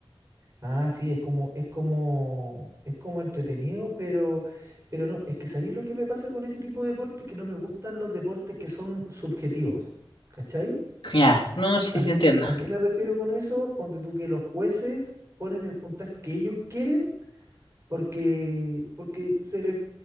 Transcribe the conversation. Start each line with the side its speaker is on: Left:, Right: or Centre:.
Right: ah, sí, es como, es como, es como entretenido, pero, pero no, es que ¿sabéis lo que me pasa con ese tipo de deporte? Que no me gustan los deportes que son subjetivos. ¿Cachai?
Left: Ya, no sé
Right: ¿A
Left: si
Right: qué
Left: entiendo.
Right: me, a qué me refiero con eso? Ponte tú que los jueces ponen el puntaje que ellos quieren porque, porque se les,